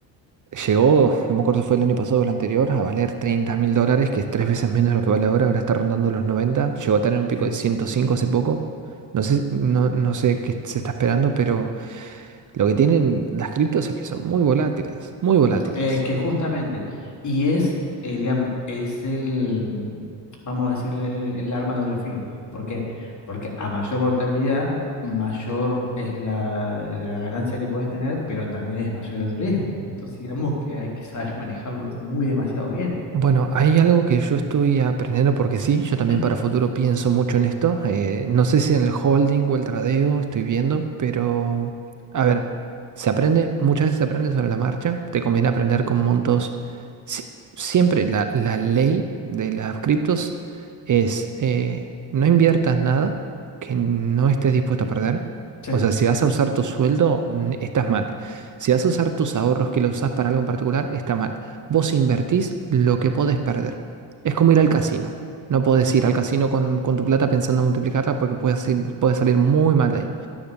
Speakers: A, on the right (about 40°); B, on the left (about 40°).
A: Llegó, no me acuerdo si fue el año pasado o el anterior, a valer 30 mil dólares, que es tres veces menos de lo que vale ahora, ahora está rondando los 90. Llegó a tener un pico
B: sí.
A: de 105 hace poco. No sé, no, no sé qué se está esperando, pero lo que tienen las criptos es que son muy volátiles, muy volátiles.
B: Es que justamente, y es, eh, digamos, es el, mm, vamos a decirle, el arma de doble filo. ¿Por qué? Porque a mayor portabilidad, mayor es la, la ganancia que puedes tener, pero también es mayor el riesgo. Entonces, digamos que hay que saber manejarlo muy demasiado bien.
A: Bueno, hay algo que yo estoy aprendiendo porque sí, yo también
B: <clears throat>
A: para futuro pienso mucho en esto. eh, no sé si en el holding o el tradeo estoy viendo, pero a ver, se aprende, muchas veces se aprende sobre la marcha. Te conviene aprender con montos. si- siempre la, la ley de las criptos es eh, no inviertas nada que no estés dispuesto a perder.
B: Sí,
A: O sea, si vas a usar tu sueldo, n- estás mal. Si vas a usar tus ahorros que los usas para algo en particular, está mal. Vos invertís lo que podés perder. Es como ir al casino. No podés ir al casino con, con tu plata pensando en multiplicarla porque puede, puede salir muy mal de ahí.